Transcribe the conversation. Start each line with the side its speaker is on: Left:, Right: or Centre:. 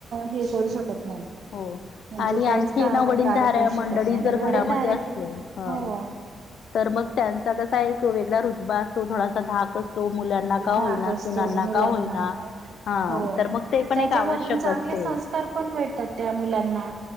Right: हे करू शकत नाही
Left: हो
Right: म्हणजे
Left: आणि
Right: काहीच
Left: आणखी
Right: काम
Left: ना वडीलधऱ्या
Right: कार्य करू
Left: मंडळी
Right: शकत नाही
Left: जर घरामध्ये
Right: वडीलधारे
Left: असते ह
Right: हो
Left: तर मग त्यांचा कसा एक वेगळा रुदबा असतो थोडासा धाक असतो मुलां ना का होईना
Right: धाक असतो
Left: सुनांना
Right: मुलांना
Left: का होईना हा
Right: हो
Left: तर मग ते पण
Right: त्याच्यामधून
Left: एक आवश्यक
Right: चांगले
Left: असते
Right: संस्कार भेटतात त्या मुलांना